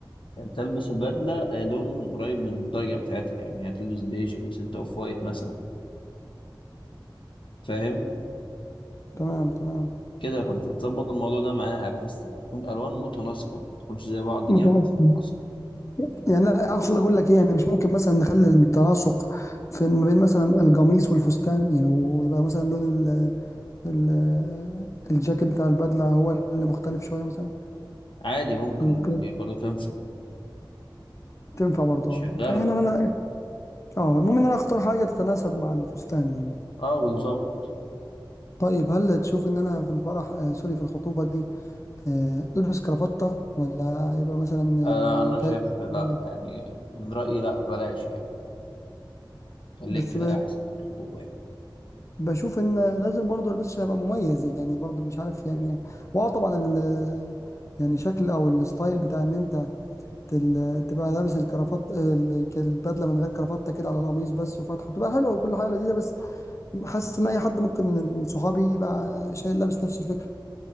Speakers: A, on the left; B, on the left.
A: تلبس البدلة آه، لون قريب من الدرجة بتاعتها يعني هتلبس بيج البس انت اوف وايت مثلا فاهم
B: تمام تمام
A: كده فانت تظبط الموضوع ده معاها بحيث تكون الوان متناسقة ما تكونش زي بعض
B: متمكن
A: جامد بس متناسقة
B: يعني لا اقصد اقول لك ايه يعني مش ممكن مثلا نخلي التناسق في ما بين مثلا القميص والفستان يعني ويبقى مثلا لون ال ال الجاكيت بتاع البدله هو اللي مختلف شويه مثلا
A: عادي ممكن
B: ممكن
A: دي برضه تنفع
B: تنفع برضه
A: شغالة
B: اه فيعني
A: اه
B: انا اه المهم ان انا اختار حاجه تتناسب مع الفستان يعني
A: اه بالظبط
B: طيب هل تشوف ان انا في الفرح آه سوري في الخطوبه دي آه البس كرافته ولا يبقى مثلا
A: آه انا
B: آه،
A: شايف
B: كاجوال
A: لا
B: كده
A: يعني من رأيي لا بلاش يعني خليك
B: بس
A: كده احسن في الخطوبة يعني
B: بشوف ان لازم برضه البس عشان ابقى مميز يعني برضه مش عارف يعني واه طبعا ال يعني شكل او الستايل بتاع ان انت تل- تبقى لابس الكرافات ال- البدله من غير كرافته كده على القميص بس وفاتحه بتبقى حلوه وكل حاجه لذيذه بس حاسس ان اي حد ممكن من صحابي يبقى شايل لابس نفس الفكره